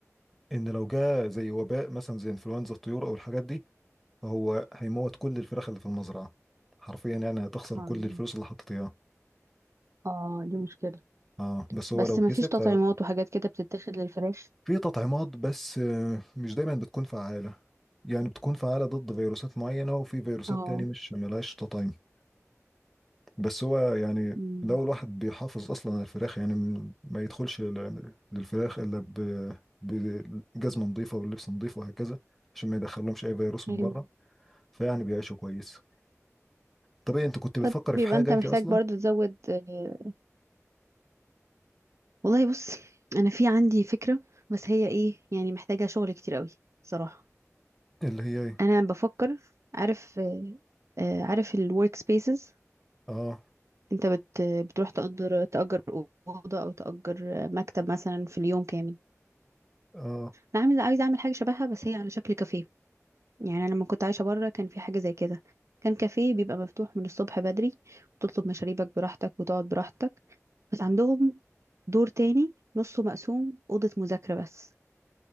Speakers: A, in the centre; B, on the right (about 60°).
A: ان لو جه زي وباء مثلا زي انفلونزا الطيور او الحاجات دي فهو هيموت كل الفراخ اللي في المزرعة حرفيا يعني هتخسر
B: م.
A: كل الفلوس اللي حطيت اياها
B: اه دي مشكلة
A: اه بس هو
B: بس
A: لو
B: ما
A: كسب
B: فيش تطعيمات
A: ففي
B: وحاجات كده بتتاخد للفراخ
A: تطعيمات بس آه، مش دايما بتكون فعالة يعني بتكون فعالة ضد فيروسات معينة وفي فيروسات
B: اه
A: تاني مش ملهاش تطعيم بس هو يعني
B: م.
A: لو الواحد بيحافظ أصلا على الفراخ يعني م- ما يدخلش ل- للفراخ إلا ب- بجزمة نظيفة واللبس نظيف وهكذا عشان ما يدخلهمش أي فيروس
B: ايوه
A: من بره فيعني بيعيشوا كويس طب إيه أنت كنت بتفكري
B: طب يبقى
A: في حاجة
B: انت
A: أنت
B: محتاج
A: أصلا
B: برضو تزود آه، والله بص انا في عندي فكرة بس هي ايه يعني محتاجة شغل كتير قوي صراحة
A: اللي هي إيه؟
B: انا بفكر عارف آه، آه، عارف الورك سبيسز
A: آه
B: انت بت بتروح تأجر تأجر أوضة أو تأجر مكتب مثلا في اليوم كامل
A: اه
B: انا عامله عايزه اعمل حاجه شبهها بس هي على شكل كافيه يعني انا لما كنت عايشه بره كان في حاجه زي كده كان كافيه بيبقى مفتوح من الصبح بدري وتطلب مشاريبك براحتك وتقعد براحتك بس عندهم دور تاني نصه مقسوم اوضه مذاكره بس